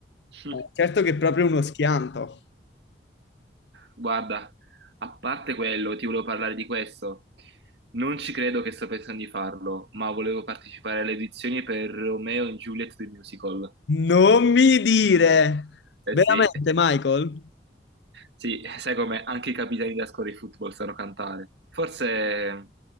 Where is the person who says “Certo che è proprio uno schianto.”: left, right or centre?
Left